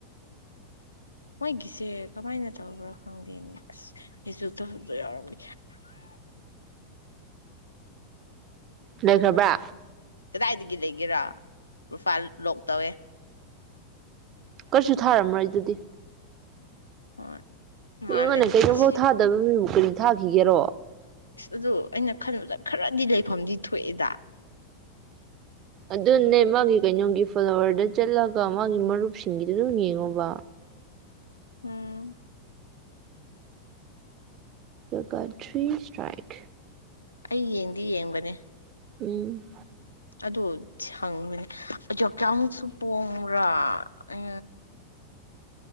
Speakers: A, on the left; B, on the right.
A: ꯃꯣꯏꯒꯤꯁꯦ ꯀꯃꯥꯏꯅ ꯇꯧꯕ꯭ꯔꯥ ꯈꯪꯗꯦꯅꯦ ꯑꯁ ꯐꯦꯁꯕꯨꯛꯇ ꯌꯥꯎꯔꯝꯒꯦ
B: ꯂꯩꯈ꯭ꯔꯕ꯭ꯔ
A: ꯀꯗꯥꯏꯗꯒꯤ ꯂꯩꯒꯦꯔꯥ ꯄ꯭ꯔꯣꯐꯥꯏꯜ ꯂꯣꯛ ꯇꯧꯋꯦ
B: ꯀꯔꯤꯁꯨ ꯊꯥꯔꯝꯃ꯭ꯔꯣꯏ ꯑꯗꯨꯗꯤ
A: ꯍꯣꯏ ꯃꯥꯜꯂꯦ
B: ꯏꯅ ꯀꯩꯅꯣ
A: ꯑꯁꯤ
B: ꯊꯥꯗ ꯃꯛꯅꯤ ꯊꯥꯈꯤꯒꯦꯔꯣ
A: ꯑꯁ ꯑꯗꯨ ꯑꯩꯅ ꯈꯟꯕꯗ ꯈꯔꯗꯤ ꯂꯩꯐꯝꯗꯤ ꯊꯣꯛꯑꯦꯗ
B: ꯑꯗꯨꯅꯦ ꯃꯥꯒꯤ ꯀꯩꯅꯣꯒꯤ ꯐꯂꯣꯋꯔꯗ ꯆꯠꯂꯒ ꯃꯥꯒꯤ ꯃꯔꯨꯞꯁꯤꯡꯒꯤꯗꯨ ꯑꯗꯨꯝ ꯌꯦꯡꯉꯣꯕ
A: ꯎꯝ
B: ꯒ ꯊ꯭ꯔꯤ ꯁꯇ꯭ꯔꯥꯏꯛ
A: ꯑꯩ ꯌꯦꯡꯗꯤ ꯌꯦꯡꯒꯅꯤ
B: ꯎꯝ
A: ꯑꯗꯨ ꯍꯪꯕꯅꯤ ꯀꯌꯥꯃꯨꯛꯁꯨ ꯄꯣꯡꯕ꯭ꯔꯥ ꯑ